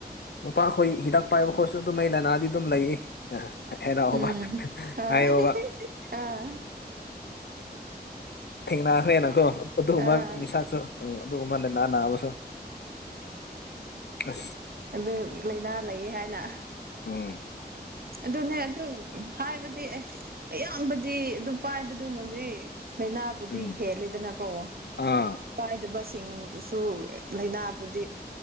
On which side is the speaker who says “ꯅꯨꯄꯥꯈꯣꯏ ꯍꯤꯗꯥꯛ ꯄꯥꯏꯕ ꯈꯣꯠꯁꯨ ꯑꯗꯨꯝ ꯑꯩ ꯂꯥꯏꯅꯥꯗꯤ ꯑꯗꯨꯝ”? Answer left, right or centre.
Left